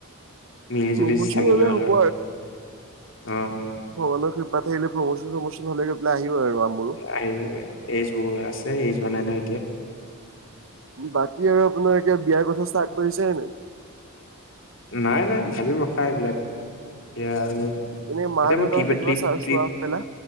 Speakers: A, on the left; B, on the right.
A: মিলি
B: প্ৰমোচন
A: জুলি থাকিল
B: হলে
A: হ'ল
B: হ'ব
A: আৰু, অঁ।
B: ভগৱানৰ কৃপা থাকিলে, প্ৰমোচন প্ৰমোচন হ'লে এইফালে আহিব আৰু। আমোৰো
A: আহি যাব, এইজ বহুত আছে। এইজ হোৱাই ন এতিয়া।
B: বাকী আৰু আপোনাৰ এতিয়া বিয়াৰ কথা ষ্টাৰ্ট কৰিছে নে নাই?
A: নাই নাই, ভাবিম ৰখা এইবিলাক এতিয়া আৰু।
B: এনে মা
A: এতিয়া
B: দেউতাহঁতে
A: মই ট্ৰিপ
B: কিবা
A: ট্ৰিপ ট্ৰিপ
B: চোৱা মেলা?